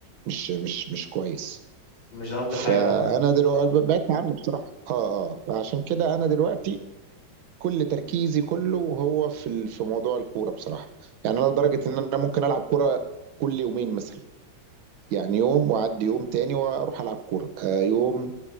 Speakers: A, on the right; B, on the left.
A: مش مش مش كويس
B: مش افضل
A: فانا
B: حاجة اه
A: دلوقتي بعدت عنه بصراحه اه اه فعشان كده انا دلوقتي كل تركيزي كله هو في ال- في موضوع الكوره بصراحه يعني انا لدرجه ان انا ممكن العب كوره كل يومين مثلا يعني يوم واعدي يوم تاني واروح العب كوره آه يوم